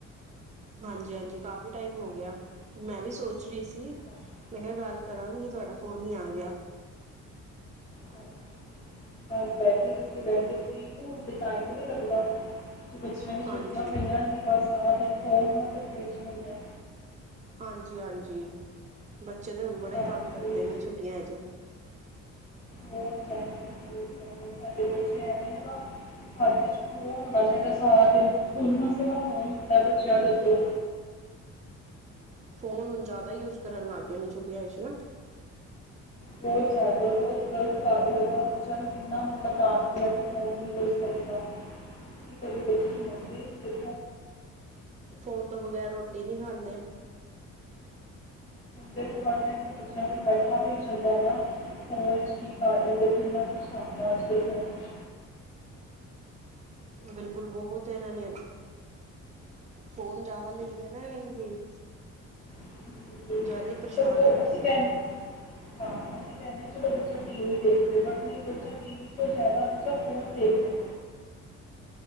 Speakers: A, on the right; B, on the left.
A: ਹਾਂਜੀ ਹਾਂਜੀ, ਕਾਫ਼ੀ ਟਾਈਮ
B: ਹਾਂਜੀ
A: ਹੋ ਗਿਆ ਮੈਂ ਵੀ ਸੋਚ ਰਹੀ ਸੀ-
B: ਹਾਂਜੀ
A: ਮੈਂ ਕਿਹਾ ਗੱਲ ਕਰਾਂਗੀ ਤੁਹਾਡਾ ਫੋਨ ਹੀ ਆ ਗਿਆ।
B: ਹਾਂਜੀ। ਬਸ ਬੈਠੇ ਰ ਸੀ ਵੈਸੇ ਫਰੀ ਨ ਹੁਣ ਤੇ ਟਾਈਮ ਹੀ ਨਹੀਂ ਲੱਗਦਾ ਬੱਚਿਆਂ ਦੀਆਂ
A: ਹਾਂਜੀ,
B: ਛੱਟੀਆਂ ਪਈਆਂੁੰਦੀਆਂ ਬਸ ਸਾਰਾ ਦਿਨ ਫੋਨ ਉਹਨਾ ਦੇ ਹੱਥ ਵਿੱਚ ਹੁੰਦਾ ਹੈ।
A: ਹਾਂਜੀ ਹਾਂਜੀ, ਬੱਚੇ ਤੇ ਹੁਣ ਬੜਾ
B: ਹਾਂਜੀ
A: ਹੀ ਤੰਗ ਕਰਦੇ ਨੇ ਛੁੱਟੀਆਂ ਚ।
B: ਬਹੁਤ ਜ਼ਿਆਦਾ ਜੀ ਬਹੁਤ ਜ਼ਦਾ ਸਾਡੇ ਬੱਚੇ ਐਵੇਂ ਨੇ ਭਾ ਹੱ ਚ ਫੋਨ ਹੋਣਾ ਚਾਹੀਦਾ ਸਾਰਾ ਦਿਨ, ਹੁਨ ਮਸਾ ਮਸਾ ਫੁਨ ਫੋਨ ਲਿਤਾ ਮੈ ਬੱਚਿਆਂ ਤੋ
A: ਫੋਨ ਹੁਣ ਜ਼ਿਆਦਾ ਯੂਜ ਕਰਨ ਲੱਗ ਗਏ ਨੇ ਛੁੱਟੀਆਂ ਚ ਨਾ
B: ਬਹੁਤ ਜ਼ਿਆਦਾ ਬਹੁਤ ਗ਼ਲਤ ਕਰਦਾ ਦਾ ਬੱਚਿਆਂ ਨੂੰ ਕਿੰਨਾ ਮਤਲਬ ਡਾਂਟ ਲਿਆ ਤੇ ਫੋਨ ਨੀ ਯੂਸ ਕਰੀਦਾ ਇਸ ਕਰਕੇ ਬੱਚੇ ਸਮਝਦੇ ਨੀ
A: ਫੋਨ ਤੋਂ ਬਗੈਰ ਰੋਟੀ ਨਹੀਂ ਖਾਂਦੇ
B: ਹਰ ਹ ਟਾਈਮ ਤੇ ਬੱਚਿਆਂ ਦੇ ਕੋਲ ਬੈਠਾ ਵੀ ਨੀ ਜਾਂਦਾ ਹੈ। ਫੋਨ ਚ ਕਰ ਜਾਂਦੇ ਕਿੰਨਾ ਕੁਛ ਆਦਾ ਅੱਜ ਕੱਲ ਫੋਨ ਵਿੱਚ
A: ਬਿਲਕੁਲ ਬਹੁਤ ਇਹਨਾਂ ਨੇ- ਫੋਨ ਜ਼ਿਆਦਾ ਮਿਲ ਗਿਆ ਨਾ ਇਹਨਾਂ ਨੂੰ ਹੁਨ
B: ਵਿੱਚ
A: ਜ਼ਿਆਦਾ ਹੀ ਪਰੇਸ਼ਾਨ
B: ਸਗੋਂ
A: ਕਰਦੇ
B: ਅਸੀਂ ਕਹਿੰ
A: ਨੇ
B: ਹਾਂ ਅਸੀਂ ਕਹਿੰਦੇ ਹਾਂ ਚਲੋ ਬੱਚਾ ਟੀ ਵੀ ਦੇਖ ਰ ਬਟ ਨਹੀਂ ਬੱਚਾ ਟੀ ਟੀ ਵੀ ਤੋ ਜ਼ਾਦਾ ਬੱਚਾ ਫੋਨ ਦੇਖ ਰਹਾ-